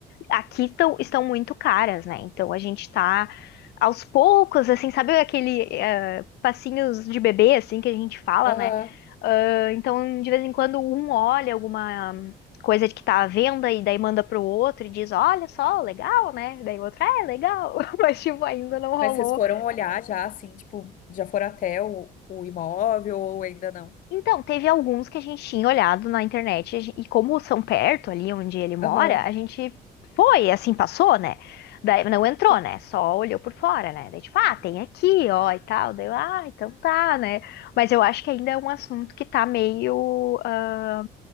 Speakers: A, on the left; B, on the left.
A: aqui estão, estão muito caras, né? Então a gente tá aos poucos, assim, sabe aquele eh, passinhos de bebê, assim, que a gente fala,
B: Aham.
A: né? Ah, então, de vez em quando, um olha alguma coisa de que tá à venda e daí manda pro outro e diz, olha só, legal, né? Daí o outro, "Ah, é, legal. <laughs> Mas, tipo, ainda não rolou
B: Mas vocês foram olhar já, assim, tipo, já foram até o, o imóvel ou ainda não?
A: Então, teve alguns que a gente tinha olhado na internet, a gen- e como são perto ali onde ele mora,
B: Aham.
A: a gente foi, assim, passou, né? Daí não entrou,
B: Sim,
A: né? Só olhou por fora, né? Daí, tipo, ah, tem aqui, ó, e tal. Daí, eu, ah, então tá, né? Mas eu acho que ainda é um assunto que tá meio. ah,